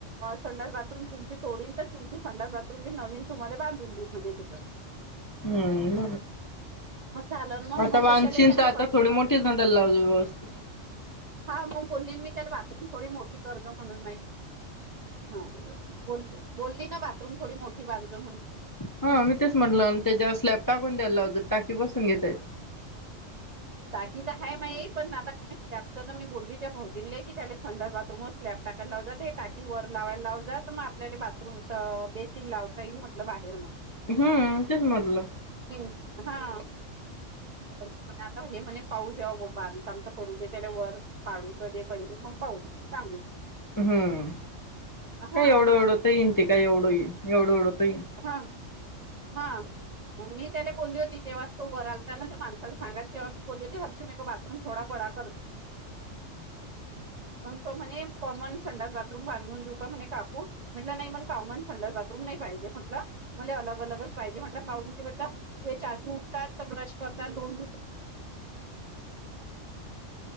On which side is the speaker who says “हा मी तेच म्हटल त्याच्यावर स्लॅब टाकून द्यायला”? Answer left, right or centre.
Left